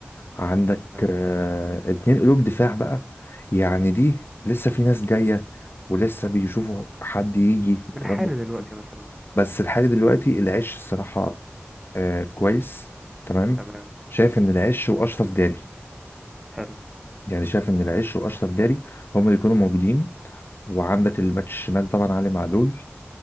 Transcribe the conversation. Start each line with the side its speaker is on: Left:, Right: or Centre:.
Left: عندك
Centre: تمام
Left: آه اتنين قلوب دفاع بقى يعني دي لسه في ناس جايه ولسه بيشوفوا حد يجي والكلام
Centre: بالحالي
Left: ده
Centre: دلوقتي مثلا
Left: بس لحد دلوقتي العش الصراحه آه كويس تمام
Centre: تمام
Left: شايف ان العش واشرف داري
Centre: حلو
Left: يعني شايف ان العش واشرف داري هم اللي يكونوا موجودين وعندك الباك الشمال طبعا علي معلول